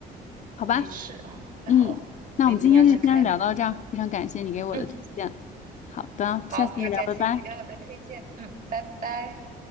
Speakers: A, on the left; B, on the right.
A: 好吧？
B: 的确啊，太好了，
A: 嗯，那我们今天就先聊到这儿，
B: 我一定要去看一看。
A: 非常感谢你给我的推荐。
B: 嗯，
A: 好的，
B: 好，
A: 下次再聊，
B: 也感谢你给我的推荐。
A: 拜拜。
B: 嗯，拜拜。